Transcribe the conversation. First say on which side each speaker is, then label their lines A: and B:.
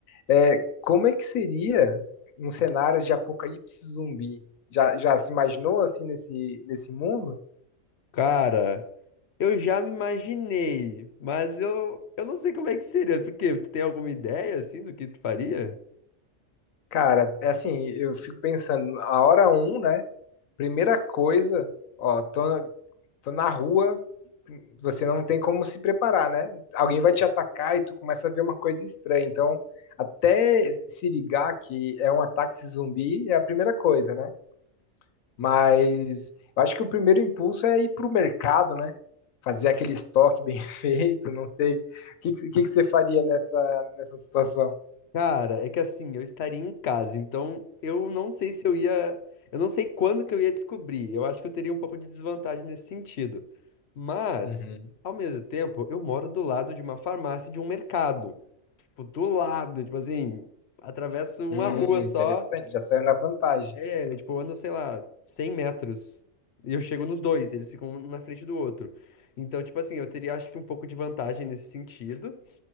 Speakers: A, on the left; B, on the left.
A: é, como é que seria um cenário de apocalipse zumbi? Já, já se imaginou, assim, nesse, nesse mundo?
B: Cara, eu já me imaginei, mas eu, eu não sei como é que seria, porque tu tem alguma ideia, assim, do que tu faria?
A: Cara, é assim, eu fico pensando, a hora um, né? Primeira coisa, ó, tô, Então, na rua, você não tem como se preparar, né? Alguém vai te atacar e tu começa a ver uma coisa estranha. Então, até se ligar que é um ataque zumbi é a primeira coisa, né? Mas eu acho que o primeiro impulso é ir pro mercado, né? Fazer aquele estoque bem <laughs> feito, não sei. O que, que, que você faria nessa, nessa situação?
B: Cara, é que assim, eu estaria em casa, então eu não sei se eu ia. Eu não sei quando que eu ia descobrir. Eu acho que eu teria um pouco de desvantagem nesse sentido. Mas,
A: Uhum.
B: ao mesmo tempo, eu moro do lado de uma farmácia e de um mercado. Tipo, do lado, tipo assim, atravesso uma
A: Hum,
B: rua
A: interessante,
B: só.
A: já saiu na vantagem.
B: É, tipo, eu ando, sei lá, 100 metros. E eu chego nos dois, eles ficam um na frente do outro. Então, tipo assim, eu teria acho que um pouco de vantagem nesse sentido.